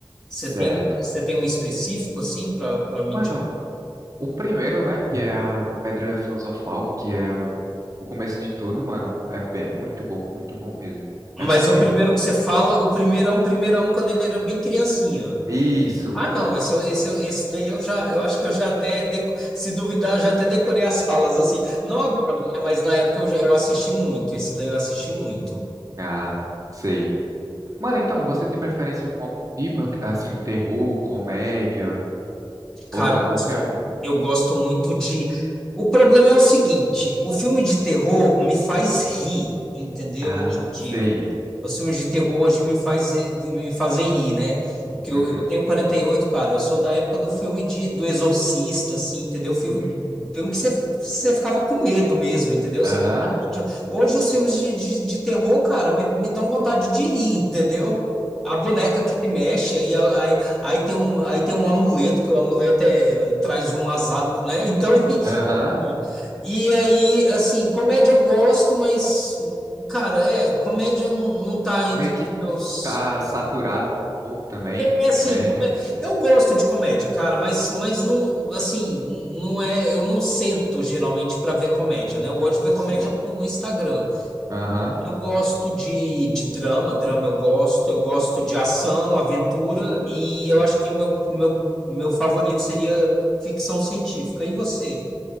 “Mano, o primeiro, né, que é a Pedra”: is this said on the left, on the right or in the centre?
Right